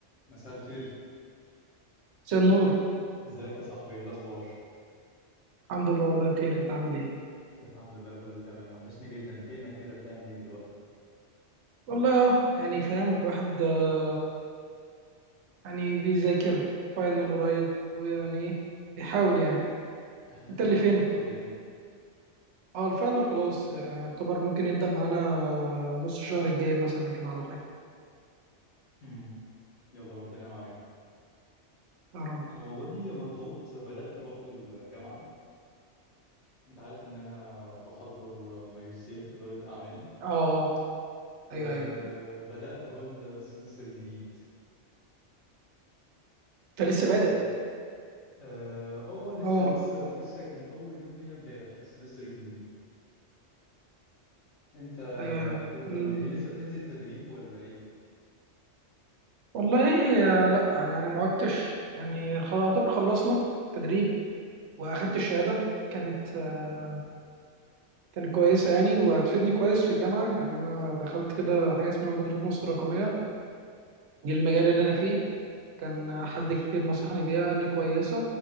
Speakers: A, on the left (about 65°); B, on the right (about 75°).
A: مساء الخير
B: مساء النور
A: ازيك يا صاحبي ايه الاخبار
B: الحمد لله والله بخير انت عامل ايه
A: الحمد لله كله تمام وحشني جدا فينك كده بتعمل ايه دلوقتي
B: والله اه يعني فاهم الواحد آه، يعني بيذاكر فاينل قريب ويعني ايه بيحاول يعني
A: امتحاناتك
B: انت اللي
A: قربت
B: فينك
A: ولا ايه
B: اه الفاينل خلاص يعني يعتبر ممكن يبدأ معانا نص الشهر الجاي مثلا كده ولا حاجة
A: امم يلا ربنا معاك
B: يا رب
A: انا والله مضغوط بدأت برضو الجامعة انت عارف ان انا بحضر ماجستير إدارة اعمال
B: اه
A: وبدأت
B: ايوه ايوه
A: اهو السمستر الجديد
B: انت لسه بادئ
A: اه اه آه، لسه
B: اه
A: لسه لسه كان اول يوم ليا امبارح في السمستر الجديد انت
B: ايوه ايوه
A: إيه الدنيا
B: ال-
A: ايه لسه بتنزل تدريب ولا ايه
B: والله آه، لا يعني ما عدتش يعني خلاص يعتبر خلصنا تدريب واخدت الشهادة كانت آه، كانت كويسة يعني وهتفيدني كويس في الجامعة يعني أنا دخلت كده حاجة اسمها مبادرة مصر الرقمية دي المجال اللي أنا فيه كان حد
A: عايش
B: كتير نصحني بيها قال لي كويسة